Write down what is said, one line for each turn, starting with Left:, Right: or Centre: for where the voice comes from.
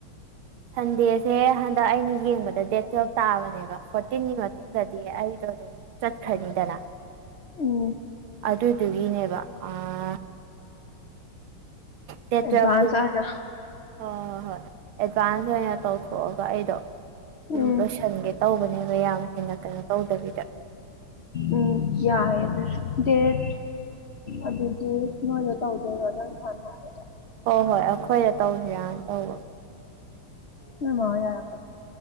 Right: ꯊꯟꯗꯦꯁ ꯁꯦ ꯍꯟꯗꯛ ꯑꯩꯅ ꯌꯦꯡꯕꯗ ꯗꯦꯠ ꯇꯨꯋꯦꯜꯞ ꯇꯥꯕꯅꯦꯕ ꯐꯣꯔꯇꯤꯟꯒꯤ ꯃꯇꯨꯡꯗꯗꯤ ꯑꯩꯗꯣ ꯑꯗꯨꯝ ꯆꯠꯈꯔꯅꯤꯗꯅ
Left: ꯎꯝ
Right: ꯑꯗꯨꯗꯨꯒꯤꯅꯦꯕ ꯑꯥ ꯗꯦꯠ
Left: ꯑꯦꯗꯚꯥꯟꯁ
Right: ꯇꯨꯌꯦꯞ ꯇꯗꯤ
Left: ꯑꯣꯏꯅ
Right: ꯍꯣꯏ ꯍꯣꯏ ꯍꯣꯏ ꯑꯦꯗꯚꯥꯟꯁ ꯑꯣꯏꯅ ꯇꯧꯊꯣꯛꯑꯒ ꯑꯩꯗꯣ ꯁꯨꯝ
Left: ꯎꯝ
Right: ꯂꯣꯏꯁꯟꯒꯦ ꯇꯧꯕꯅꯦꯕ ꯌꯥꯝ ꯍꯦꯟꯅ ꯀꯩꯅꯣ ꯇꯧꯗꯕꯤꯗ
Left: ꯎꯝ ꯌꯥꯏꯌꯦ ꯑꯗꯨꯁꯨ ꯗꯦꯠ ꯑꯗꯨꯗꯤ ꯅꯣꯏꯗ ꯇꯧꯗꯣꯏꯔꯣ ꯅꯪꯅ ꯍꯥꯟꯅ ꯍꯥꯏ
Right: ꯍꯣꯏ ꯍꯣꯏ ꯑꯩꯈꯣꯏꯗ ꯇꯧꯁꯤꯔꯅ ꯇꯧꯕ
Left: ꯅꯣꯏ ꯃꯥꯅ ꯌꯥꯔꯛ